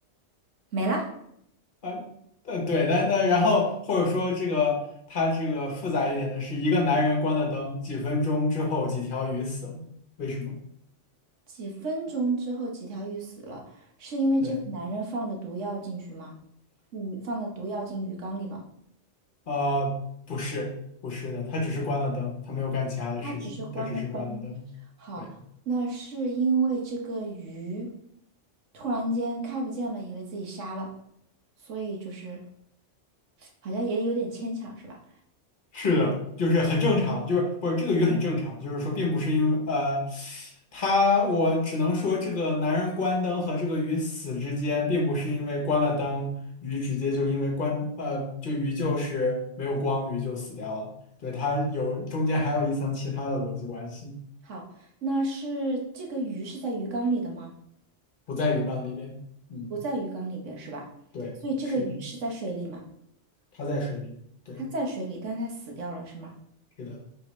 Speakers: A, on the right; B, on the left.
A: 没了。
B: 呃呃，对，但但然后或者说这个它这个复杂一点的是，一个男人关了灯，几分钟之后几条鱼死了，为什么？
A: 几分钟之后，几条鱼死了，是因为这个男人放了毒药进去吗？
B: 对。
A: 鱼放了毒药进鱼缸里吗？
B: 呃，不是，不是的，他只是关了灯，他没有干其他的事情，
A: 他只是关了灯。
B: 他只是关了灯。
A: 好，
B: 对，
A: 那是因为这个鱼突然间看不见了，以为自己瞎了，所以就是好像也有点牵强，是吧？
B: 是的，就是很正常，就是不是这个鱼很正常，就是说并不是因为呃，他我只能说这个男人关灯和这个鱼死之间，并不是因为关了灯，鱼直接就因为关呃，就鱼就是没有光，鱼就死掉了。对，它有中间还有一层其他的逻辑关系，
A: 好，那是这个鱼是在鱼缸里的吗？
B: 不在鱼缸里边。嗯，
A: 不在鱼缸里边是吧？
B: 对，
A: 所以这个鱼是在水里吗？
B: 是的，它在水里。对，
A: 它在水里，但是它死掉了是吗？
B: 是的。